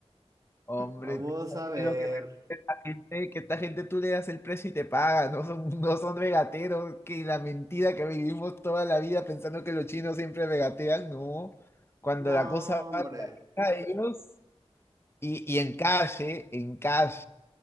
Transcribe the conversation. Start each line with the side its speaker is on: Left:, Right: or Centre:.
Left: Hombre,
Right: Vamos
Left: tú tranquilo
Right: a ver.
Left: que me- esta gente, que esta gente tú le das el precio y te paga, no son, no son regateros, que la mentira que vivimos toda la vida pensando que los chinos siempre regatean, no. Cuando
Right: No,
Left: la cosa
Right: hombre.
Left: va a ellos, Y, y en calle, en cash.